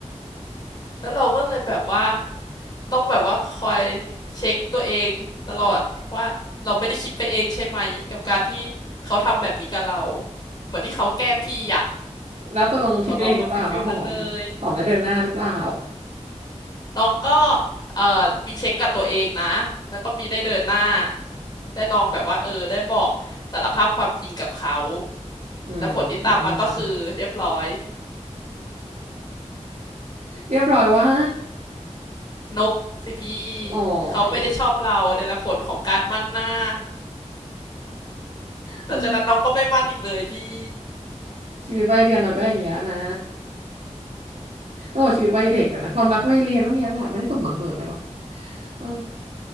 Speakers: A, on the left; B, on the right.
A: แล้วเราก็เลยแบบว่าต้องแบบว่าคอยเช็คตัวเองตลอดว่าเราไม่ได้คิดไปเองใช่ไหมกับการที่เขาทำแบบนี้กับเรา เหมือนที่เขาแกล้งพี่อะ
B: แล้วตกลงคิดไปเองหรือเปล่าคะหอมหอมได้เดินหน้าหรือเปล่า
A: ของเราก็ฟิลฟิลนั้นเลย น้องก็เอ่อมีเช็คกับตัวเองนะ แล้วก็มีได้เดินหน้า ได้ลองแบบว่าเออได้บอกสารภาพความจริงกับเขา
B: <laughs> อื
A: แต่ผลที่ตามมาก็คือเรียบร้อย
B: มเรียบร้อยว่า
A: นกสิพี่
B: โอ๋อ
A: เขาไม่ได้ชอบเราเนี่ยแหละผลของการมั่นหน้า
B: ย
A: หลังจากนั้นน้องก็ไม่มั่นอีกเลยพี่
B: เออชีวิตวัยเรียนเราก็อย่างเงี้ยนะ <laughs> ต้องบอกชีวิตวัยเด็กอะนะความรักวัยเรียนก็เงี้ยแหละไม่ได้สมหวังเสมอไปหรอกเออ